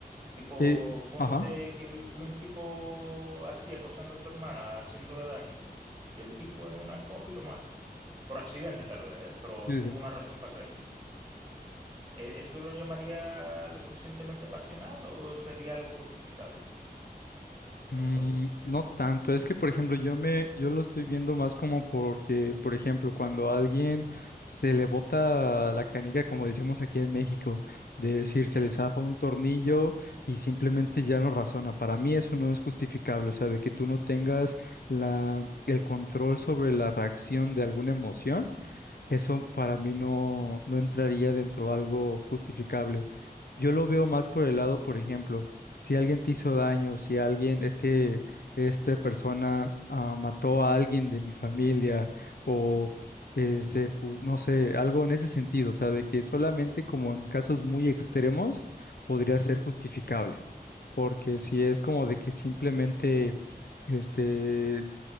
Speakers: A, on the right; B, on the left.
A: Tipo,
B: eh,
A: ponte
B: ajá,
A: que vi vi un tipo así acosando a su hermana, haciéndole daño, y el tipo en una coge y lo mata. Por accidente tal vez, ¿eh? Pero
B: sí,
A: tuvo
B: sí.
A: una razón para hacerlo. ¿E- ¿Eso te lo llamaría lo suficientemente pasional o sería algo justificable?
B: Mm,
A: No encuentre.
B: no tanto, es que por ejemplo yo me yo lo estoy viendo más como porque por ejemplo cuando a alguien se le bota la canica como decimos aquí en México, de decir se
A: Ujú,
B: le zafa un tornillo y simplemente ya no razona. Para mí eso no es justificable, o sea, de que tú no tengas la el control sobre la reacción de alguna emoción eso para mí no, no entraría dentro de algo justificable. Yo lo veo más por el lado, por ejemplo, si alguien te hizo daño, si alguien, es que esta persona ah, mató a alguien de mi familia o eh, se pu- no sé, algo en ese sentido, o sea, de que solamente como en casos muy extremos podría ser justificable, porque si es como de que simplemente, este,